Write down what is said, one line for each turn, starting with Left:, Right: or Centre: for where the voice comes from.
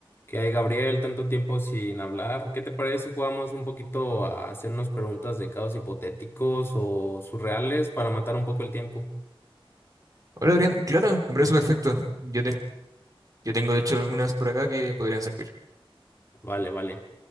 Left: ¿Qué hay, Gabriel? Tanto tiempo sin hablar. ¿Qué te parece si jugamos un poquito a hacernos preguntas de casos hipotéticos o surreales para matar un poco el tiempo?
Right: Hola Adrián, claro, me parece perfecto. Yo, te- yo tengo de hecho algunas por acá que podrían servir.
Left: Vale, vale.